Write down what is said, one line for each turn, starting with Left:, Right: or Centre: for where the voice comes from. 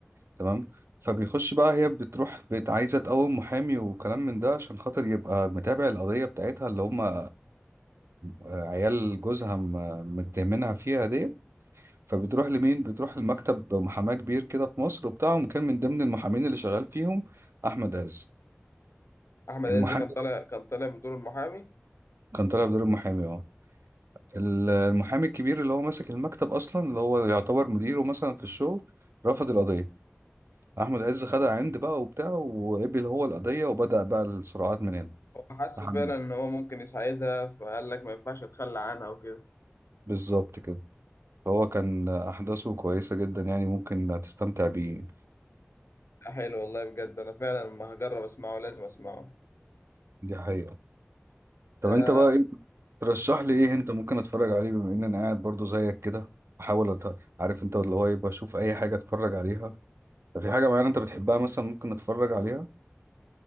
Right: تمام فبيخش بقى هي بتروح بت... عايزه تقوم محامي وكلام من ده عشان خاطر يبقى متابع القضيه بتاعتها اللي هم آه، آه، عيال جوزها م- متهمينها فيها ديت فبتروح لمين بتروح لمكتب محاماة كبير كده في مصر وبتاعهم كان من ضمن المحامين اللي شغال فيهم احمد عز
Left: احمد
Right: المحامي
Left: عز كان طالع كان طالع بدور المحامي
Right: كان طالع بدور المحامي اه ال- المحامي الكبير اللي هو ماسك المكتب اصلا اللي هو يعتبر مديره مثلا في الشغل رفض القضية احمد عز خدها عند بقى وبتاع وقبل هو القضية وبدأ بقى الصراعات من هنا
Left: هو حس
Right: لحد
Left: فعلا
Right: ما-
Left: ان هو ممكن يساعدها فقال لك ما ينفعش اتخلى عنها وكده
Right: بالظبط كده فهو كان احداثه كويسة جدا يعني ممكن تستمتع بيه
Left: حلو والله بجد انا فعلا لما هجرب اسمعه لازم اسمعه
Right: دي حقيقة طب
Left: ده
Right: انت بقى ايه ترشح لي ايه انت ممكن اتفرج عليه بما ان انا قاعد برضو زيك كده بحاول أت... عارف انت اللي هو يبقى اشوف اي حاجه اتفرج عليها ففي حاجه معينه انت بتحبها مثلا ممكن اتفرج عليها